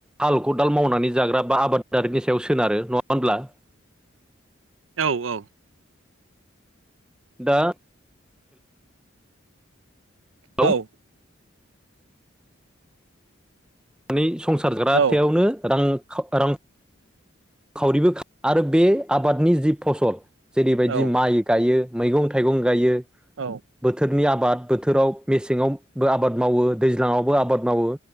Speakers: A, in the centre; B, on the right.
A: हाल खदाल मावनानै जाग्रा बा आबाद दारिनि सायाव सोनारो नङा होनब्ला
B: औ औ
A: दा हेलौ
B: औ
A: नै संसारग्रावनो
B: औ
A: रां खामा खावरिबो खा आरो बे आबादनि जि फसल जेरैबायदि
B: औ
A: माइ गायो मैगं थाइगं गायो।
B: औ
A: बोथोरनि आबाद बोथोराव मेसेंआवबो आबाद मावो। दैज्लाङावबो आबाद मावो